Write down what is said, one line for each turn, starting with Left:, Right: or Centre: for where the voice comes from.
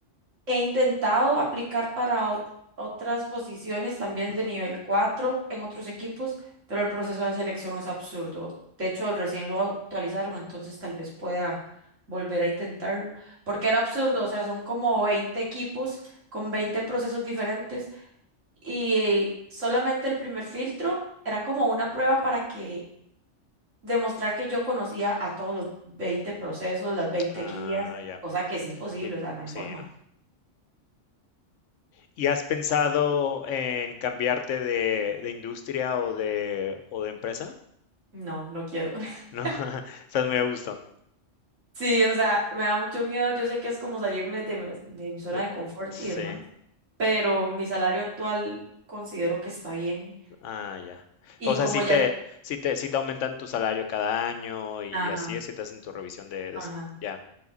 Right: He intentado aplicar para ot- otras posiciones también
Left: Ujú.
Right: de nivel 4 en otros equipos, pero el proceso de selección es absurdo. De hecho, recién lo actualizaron, entonces tal vez pueda volver a intentarlo, porque era absurdo, o sea, son como 20 equipos con 20 procesos diferentes y eh, solamente el primer filtro era como una prueba para que demostrar que yo conocía a todos los 20 procesos, las veinte
Left: Ah,
Right: guías,
Left: ya.
Right: cosa que es imposible,
Left: Y-
Right: o sea, no hay
Left: sí,
Right: forma.
Left: no. ¿Y has pensado en cambiarte de, de industria o de, o de empresa?
Right: No, no quiero. <laughs>
Left: No, <laughs> estás muy a gusto.
Right: Sí, o sea, me da mucho miedo. Yo sé que es como salirme de mi, de mi zona
Left: De-
Right: de confort
Left: Sí,
Right: y demás, pero mi salario actual considero que está bien.
Left: ah, ya.
Right: Y
Left: O sea,
Right: como
Left: si
Right: ya...
Left: te, si te, si te aumentan tu salario cada año y,
Right: Ajá,
Left: y así es, si te hacen tu revisión de, de
Right: ajá.
Left: s- ya,